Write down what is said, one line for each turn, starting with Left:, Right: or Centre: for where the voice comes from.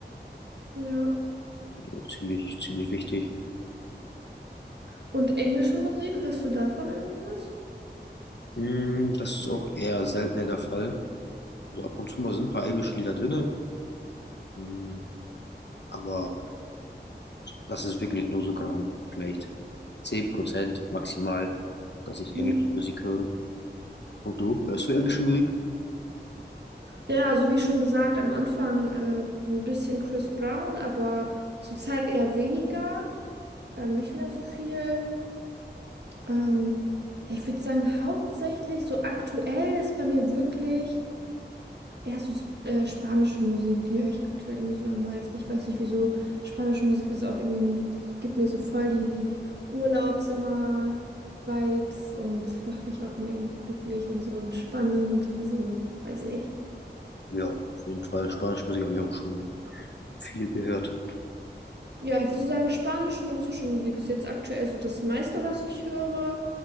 Right: Ja.
Left: Finde ich auch ziemlich, ziemlich wichtig.
Right: Und englische Musik? Hörst du davon irgendwas?
Left: Mm, das ist auch eher seltener der Fall. Also ab und zu mal sind ein paar englische Lieder drin, mm, aber das ist wirklich nur so kaum, vielleicht 10% maximal, dass ich
Right: Mhm.
Left: englische Musik höre. Und du, hörst du englische Musik?
Right: Ja, ja, also wie schon gesagt, am Anfang äh, so ein bisschen Chris Brown, aber zurzeit eher weniger, ähm, nicht mehr so viel. Ähm, ja, ich würde sagen, hauptsächlich so aktuell ist bei mir wirklich. eher so sp- äh, spanische Musik, die höre ich aktuell irgendwie so am meisten. Ich weiß nicht, wieso. Spanische Musik ist auch irgendwie, gibt mir so voll die Urlaubs-Sommer-Vibes und macht mich auch immer irgendwie glücklich und so entspannend. Also, weiß ich nicht.
Left: Ja, auf jeden Fall. Spanische Musik habe ich auch schon viel gehört.
Right: Ja, ich würde so sagen, spanische und russische Musik ist jetzt aktuell so das meiste, was ich höre.